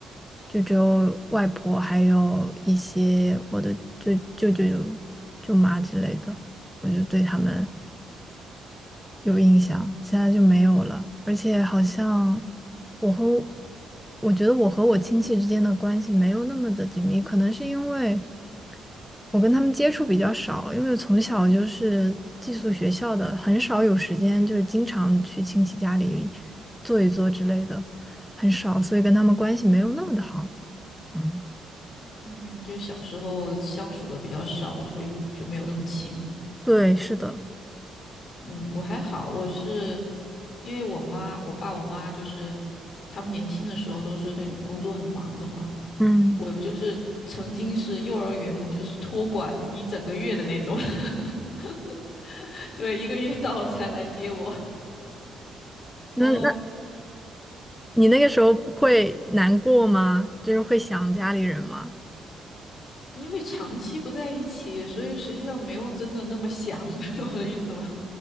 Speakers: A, in the centre; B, on the left (about 55°).
A: 就只有外婆，还有一些我的舅舅舅、舅妈之类的，我就对他们有印象，其他就没有了。而且好像我和我觉得我和我亲戚之间的关系没有那么的紧密，可能是因为。我跟他们接触比较少，因为从小就是寄宿学校的，很少有时间，就是经常去亲戚家里坐一坐之类的，很少，所以跟他们关系没有那么的好。嗯，
B: <laughs> 嗯，就小时候相处的比较少，所以就没有那么亲。
A: 对，是的。
B: 嗯，我还好，我是因为我妈、我爸、我妈就是他们年轻的时候都是那种工作很忙的嘛，
A: 嗯。
B: 我就是曾经是幼儿园就是托管一整个月的那种，<laughs> 对，一个月到了才来接我。然后
A: 那那你那个时候会难过吗？就是会想家里人吗？
B: 因为长期不在一起，所以实际上没有真的那么想的，<laughs> 我的意思吗？